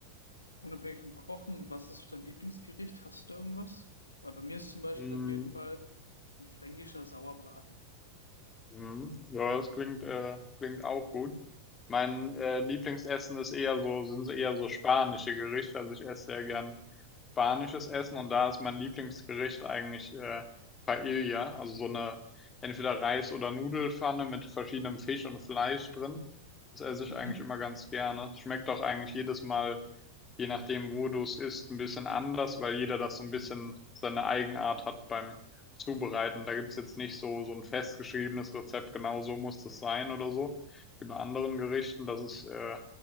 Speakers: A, on the left; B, on the left.
A: unabhängig vom Kochen, was ist so dein Lieblingsgericht? Hast du irgendwas? Weil bei mir ist zum Beispiel
B: Mhm.
A: auf jeden Fall ein fränkischer Sauerbraten.
B: Mhm. Ja, das klingt, äh, klingt auch gut. Mein äh, Lieblingsessen ist eher so, sind so eher so spanische Gerichte. Also ich esse sehr gern spanisches Essen und da ist mein Lieblingsgericht eigentlich äh, Paella, also so eine entweder Reis- oder Nudelpfanne mit verschiedenem Fisch und Fleisch drin. Das esse ich
A: Mhm.
B: eigentlich immer ganz gerne. Schmeckt auch eigentlich jedes Mal je nachdem, wo du es isst, ein bisschen anders, weil jeder das so ein bisschen seine Eigenart hat beim Zubereiten. Da gibt's jetzt nicht so, so ein festgeschriebenes Rezept, genau so muss das sein oder so, wie bei anderen Gerichten. Das ist äh,